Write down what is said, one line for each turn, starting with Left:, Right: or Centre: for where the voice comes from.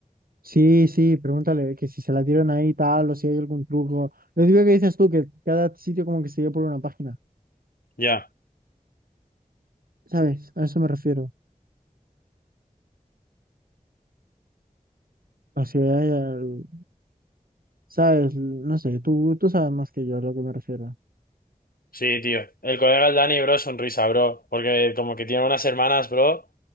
Right: Sí, sí, pregúntale que si se la tiran ahí y tal o si hay algún truco. Lo digo que dices tú, que cada sitio como que se lleva por una página.
Left: Ya.
Right: ¿Sabes? A eso me refiero. O sea, hay al- ¿sabes? No sé, tú, tú sabes más que yo a lo que me refiero.
Left: Sí, tío. El colega el Dani, bro, sonrisa, bro. Porque como que tiene unas hermanas, bro.